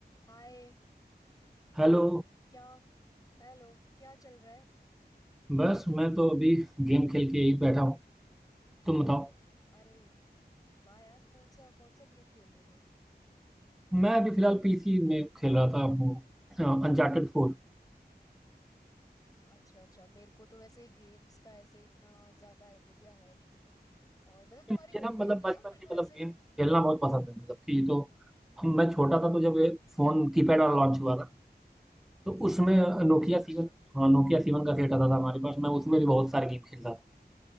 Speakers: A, on the left; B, in the centre.
A: हाय
B: हेलो
A: क्या हेलो क्या चल रहा है
B: बस मैं तो अभी गेम खेल के यही बैठा हूँ तुम बताओ
A: अरे वाह यार कौन सा कौन सा गेम खेल रहे थे
B: मैं अभी फिलहाल पीसी में खेल रहा था वो अनचार्टेड फोर
A: अच्छा अच्छा मेरे को तो वैसे गेम्स का ऐसे इतना ज्यादा आइडिया है नहीं और मतलब तुम्हारी
B: मुझे
A: हॉबी
B: ना मतलब
A: होगी
B: बचपन
A: ना फिर
B: से
A: तो
B: मतलब
A: ऐसे
B: गेम खेलना बहुत पसंद है मतलब कि तो हम- मैं छोटा था तो जब ये फोन कीपैड वाला लॉन्च हुआ था तो उसमें
A: अच्छा
B: नोकिया
A: अच्छा
B: सीवन हाँ नोकिया सीवन का सेट आता था हमारे पास मैं उसमें भी बहुत सारे गेम खेलता था